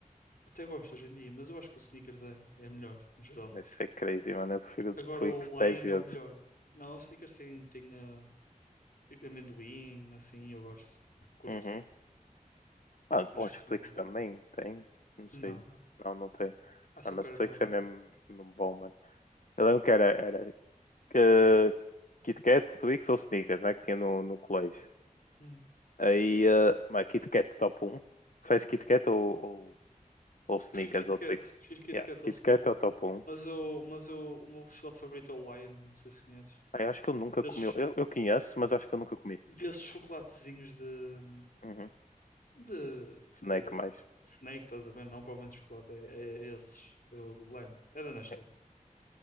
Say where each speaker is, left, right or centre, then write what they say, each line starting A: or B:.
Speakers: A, on the left; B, on the left.
A: até gosto hoje em dia, mas eu acho que o Snickers é, é melhor, no geral.
B: Isso é crazy, mano. Eu prefiro o
A: Agora
B: Twix
A: o
B: 10
A: Lion
B: vezes.
A: é o melhor. Não, o Snickers tem, tem ah, amendoim, assim, eu gosto. Curto.
B: Uhum. Ah,
A: Acho
B: eu acho
A: que
B: que
A: fica
B: o Twix
A: melhor.
B: também tem. Não sei.
A: Não, não.
B: Não, não tem.
A: Ah, só
B: Ah, mas
A: caramelo,
B: o Twix é
A: não.
B: mesmo, mesmo bom, mano. Eu lembro que era, era eh, Kit Kat, Twix ou Snickers, né? Que tinha no, no colégio.
A: Hum.
B: Aí, eh, mas Kit Kat top um, Fez Kit Kat ou, ou, ou Snickers
A: Prefiro Kit
B: ou Twix?
A: Kat, prefiro Kit
B: Yeah,
A: Kat
B: Kit
A: ao Snickers.
B: Kat é o top um.
A: Mas, eu, mas eu, o meu chocolate favorito é o Lion, não sei se conheces.
B: Aí, acho que eu nunca
A: Desses
B: comi. Eu, eu conheço, mas acho que eu nunca comi.
A: desses chocolatezinhos de,
B: Uhum.
A: de
B: Snack
A: tipo de
B: mais.
A: Snake, estás a ver? Não, provavelmente chocolate, é, é, é esses, é o de Lime, é da Nestlé,
B: É,